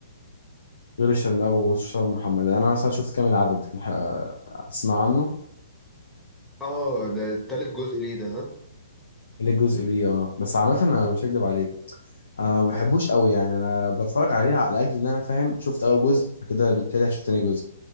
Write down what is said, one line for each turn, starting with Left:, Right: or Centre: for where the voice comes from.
Left: غير الشرنقة ومصطفى محمد انا مثلا شفت كامل العدد كان ح- اسمع عنه
Centre: اه ده تالت جزء ليه ده ها
Left: اللي الجزء ليه اه بس عامة انا مش هكدب عليك انا ما بحبوش قوي يعني انا بتفرج عليه لاجل ان انا فاهم شفت اول جزء فكده بالتالي هشوف تاني جزء